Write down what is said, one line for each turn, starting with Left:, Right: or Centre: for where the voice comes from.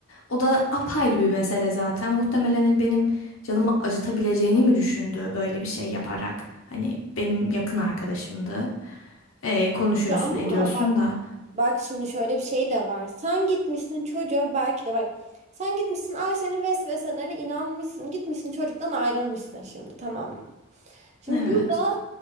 Left: O da apayrı bir mesele zaten. Muhtemelen hani benim canımı acıtabileceğini mi düşündü böyle bir şey yaparak? Hani benim yakın arkadaşımdı. Ee, konuşuyorsun,
Right: Ya ama
Left: ediyorsun
Right: bak
Left: da.
Right: bak şimdi şöyle bir şey de var. Sen gitmişsin çocuğa belki de bak sen gitmişsin Ayşe'nin vesveselerine inanmışsın. Gitmişsin çocuktan ayrılmışsın şimdi tamam mı? Şimdi
Left: Evet.
Right: burada